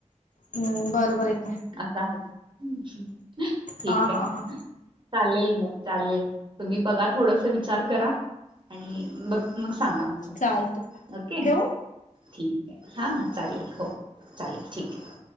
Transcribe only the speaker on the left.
हम्म बरोबर आहे की.
हा
हा हा
चालतय
ठेवु.